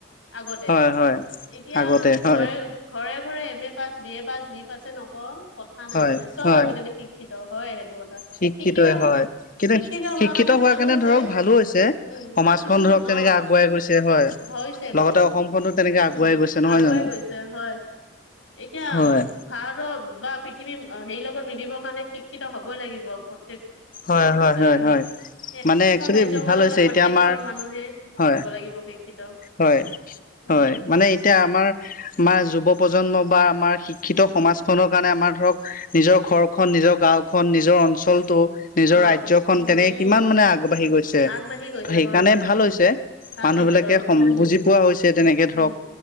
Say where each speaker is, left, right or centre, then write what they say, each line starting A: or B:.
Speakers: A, on the left; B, on the left.
A: আগতে,
B: হয় হয়
A: এতিয়া
B: আগতে
A: ঘৰে
B: হয়
A: ঘৰে-ঘৰে M A pass B A pass যি পাছে নকৰক কথা নাই
B: হয়
A: মানে চব
B: হয়
A: আজিকালি শি শিক্ষিত হয় সেইটো কথা।
B: শিক্ষিতই
A: শিক্ষিত-শিক্ষিত
B: হয় কিন্তু
A: হোৱা
B: শিক্ষিত
A: কাৰণে
B: হোৱাৰ
A: ভাল হৈছে,
B: ধৰক ভালো হৈছে
A: উম
B: সমাজখন
A: আৰু কিছুমান
B: ধৰক তেনেকে
A: অ
B: আগুৱাই গৈছে হয়
A: হৈছে
B: লগতে
A: বাৰু
B: অসমখনো তেনেকে
A: উম
B: আগুৱাই গৈছে নহয়
A: আগুৱাই
B: জানো
A: গৈছে হয় এতিয়া
B: হয়
A: ভাৰতৰ বা পৃথিৱী হেৰি লগত মিলিবৰ কাৰণে শিক্ষিত হবই লাগিব প্ৰত্যেক
B: হয়-হয়-হয়-হয়।
A: ৰাজ্যই হয় সেই প্ৰত্যেকখন
B: মানে একচেলি
A: ৰাজ্য হোৱাৰ
B: ভাল
A: লগে
B: হৈছে
A: লগে প্ৰত্যেক
B: এতিয়া আমাৰ
A: ঘৰৰ মানুহে
B: হয়
A: হব লাগিব শিক্ষিত
B: হয়।
A: উম
B: হয় মানে এতিয়া আমাৰ আমাৰ যুৱ প্ৰজন্ম বা আমাৰ শিক্ষিত সমাজখনৰ কাৰণে আমাৰ ধৰক নিজৰ ঘৰ খন নিজৰ গাও খন নিজৰ অঞ্চলতটো, নিজৰ
A: অ
B: ৰাজ্যখন
A: উম
B: তেনেকে
A: উম
B: কিমান মানে আগবাঢ়ি গৈছে,
A: আগবাঢ়ি গৈছে
B: সেইকাৰণে
A: হয় হয়
B: ভাল
A: সেইটো
B: হৈছে।
A: কথা ভাল
B: মানুহ
A: হৈছে
B: বিলাকে
A: বাৰু উম
B: বুজি পোৱা হৈছে, তেনেকে ধৰক
A: উম